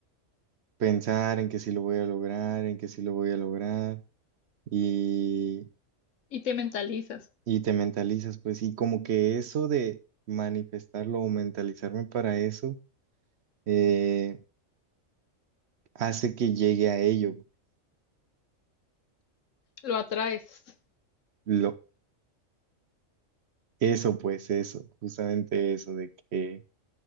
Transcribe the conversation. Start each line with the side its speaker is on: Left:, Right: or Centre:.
Right: pensar en que sí lo voy a lograr, en que sí lo voy a lograr y,
Left: Y te mentalizas,
Right: y te mentalizas, pues, y como que eso de manifestarlo o mentalizarme para eso eh, hace que llegue a ello.
Left: lo atraes.
Right: Lo, eso, pues, eso, justamente eso de que